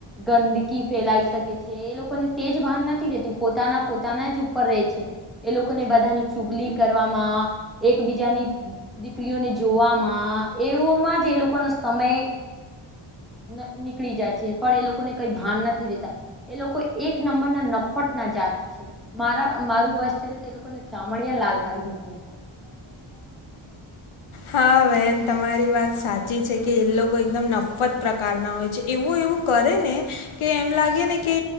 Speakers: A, in the centre; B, on the left (about 80°).
A: ગંદકી ફેલાઈ શકે છે એ લોકોને ભાન નથી રતું પોતાના પોતાના જ ઉપર ર છે, એ લોકોને બધાની ચુગલી કરવામાં. એકબીજાની દીકરીઓને જોવામાં એવોમાં જ એ લોકોનો સમય <unintelligible> નીકળી જાય છે પણ એ લોકોને કઈ ભાન નથી દેતા એ લોકો એક નંબરના નફત ના છે મારા મારું વસ ચલે તો લોકોને ચામડિયા લાલ કરી મકવું
B: હા બેહેન તમારી વાત સાચ છી છે કે એ લોકો એકદમ નફત પ્રકાર ના હોય છે એવું એવું કરે ને કે એમ લાગે ને કે